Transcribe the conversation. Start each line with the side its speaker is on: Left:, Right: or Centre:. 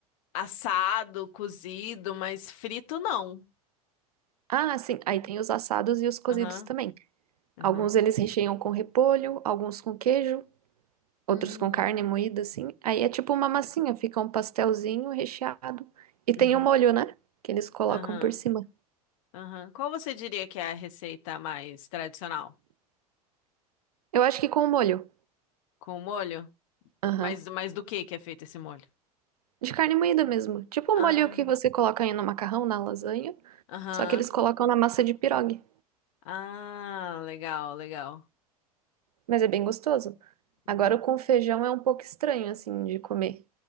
Left: assado, cozido, mas frito não.
Right: Ah, sim. Aí tem os assados e os cozidos
Left: Aham,
Right: também.
Left: aham.
Right: Alguns eles recheiam com repolho, alguns com queijo, outros
Left: Hum,
Right: com carne moída, assim. Aí é tipo uma massinha, fica um pastelzinho recheado. E tem
Left: uhum,
Right: o molho, né? Que eles colocam
Left: aham,
Right: por cima.
Left: aham. Qual você diria que é a receita mais tradicional?
Right: Eu acho que com o molho.
Left: Com molho?
Right: Aham.
Left: Mas, mas do que que é feito esse molho?
Right: De carne moída mesmo. Tipo o
Left: Ah,
Right: molho que você coloca aí no macarrão, na lasanha.
Left: aham.
Right: Só que eles colocam na massa de pirogue.
Left: Ah, legal, legal.
Right: Mas é bem gostoso.
Left: Uhum.
Right: Agora o com feijão é um pouco estranho, assim, de comer.